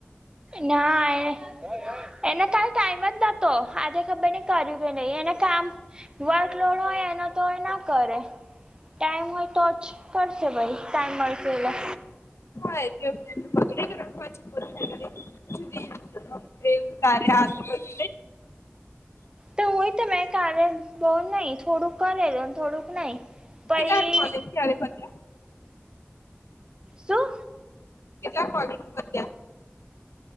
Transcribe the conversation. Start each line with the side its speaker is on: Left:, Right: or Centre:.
Right: ના એ એને કાઈ ટાઈમ જ નતો આજે ખબર નઈ કર્યું કે નહી એને- - કામ વર્કલોડ હોય એના તો એ ના કરે ટાઈમ હોય તો જ કરશુ ભાઈ ટાઈમ મળશે એટલે
Left: હા એટલે <unintelligible> <unintelligible>
Right: તો હોય તો મે કાલે બઉુ નઈ થોડુંક કરેલુ અને થોડુંક નહી તઈ
Left: કેટલા કોલિંગ ક્યારે પત્યા
Right: શું
Left: કેટલા કોલીંગ પત્યા